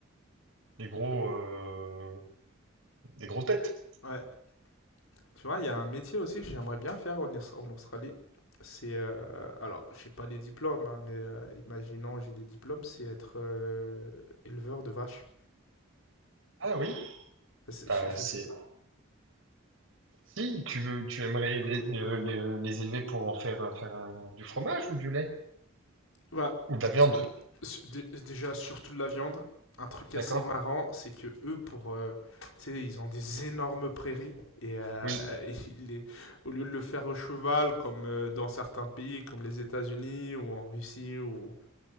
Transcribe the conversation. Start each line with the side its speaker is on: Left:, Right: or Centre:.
Right: des gros, euh, des grosses bêtes.
Left: Ouais. Tu vois, il y a un métier aussi que j'aimerais bien faire en, Aus- en Australie. C'est, euh, alors, je pas les diplômes, hein, mais euh, imaginons j'ai les diplômes, c'est être euh, éleveur de vaches.
Right: Ah oui,
Left: C'est-
Right: bah,
Left: Je, je
Right: c'est.
Left: sais pas.
Right: Si tu veux, tu aimerais les, les- les- les élever pour en faire, euh, faire euh, du fromage ou du lait?
Left: Bah,
Right: Ou de la viande,
Left: su- dé- déjà, surtout de la viande. Un truc assez
Right: d'accord?
Left: marrant, c'est que eux, pour, euh, tu sais, ils ont des énormes prairies et euh,
Right: Oui.
Left: <laughs> et ils les- au lieu de le faire au cheval, comme euh, dans certains pays, comme les États-Unis ou en Russie ou